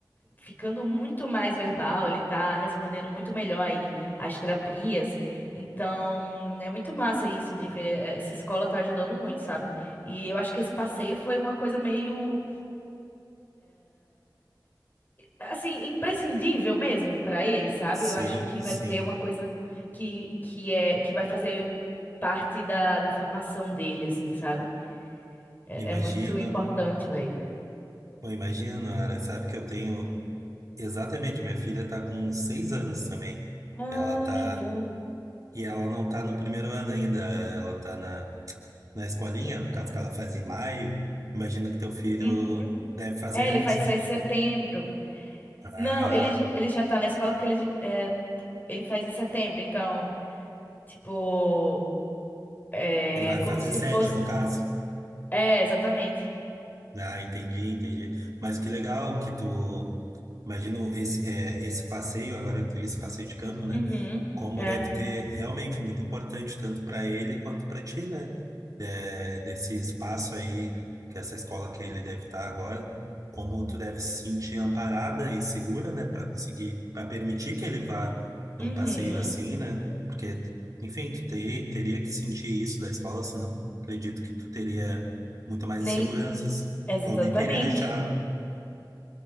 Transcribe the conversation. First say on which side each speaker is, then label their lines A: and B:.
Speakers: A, on the left; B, on the right.
A: ficando muito mais verbal, ele tá respondendo muito melhor aí às terapias. Então, é muito massa isso de ver. eh, Essa escola tá ajudando muito, sabe? E eu acho que esse passeio foi uma coisa meio assim, imprescindível mesmo para ele, sabe?
B: Sim,
A: Eu acho que
B: sim.
A: vai ser uma coisa que, que é que vai fazer parte da, da formação dele, assim, sabe? É,
B: Imagino.
A: é muito importante, velho.
B: Eu imagino, Ara, sabe que eu tenho. Exatamente, minha filha está com seis anos também.
A: Ah,
B: Ela tá.
A: que bom.
B: E ela não está no primeiro ano ainda, ela está na, na escolinha, no caso que ela faz em maio. Imagino que teu filho
A: Uhum.
B: deve fazer
A: É, ele faz
B: antes,
A: só
B: né?
A: em setembro.
B: Ah,
A: Não, ele, já- ele já tá na escola porque ele, é, ele faz em setembro, então, tipo, é,
B: ele vai
A: é como
B: fazer
A: se
B: sete,
A: fosse.
B: no caso.
A: É, exatamente.
B: Ah, entendi, entendi. Mas que legal que tu. Imagino esse, é, esse passeio, agora que tu disse passeio de campo, né?
A: Uhum.
B: Como
A: É.
B: deve ter realmente muito importante, tanto para ele quanto para ti, né? É, desse espaço aí, que essa escola que ele deve estar agora, como tu deve se sentir amparada e segura, né? Para conseguir, para permitir que ele vá num
A: Uhum.
B: passeio assim, né? Porque, enfim, tu ter, teria que sentir isso da escola, senão acredito que tu teria muito mais
A: Nem.
B: inseguranças
A: Exatamente.
B: eu nem teria deixado.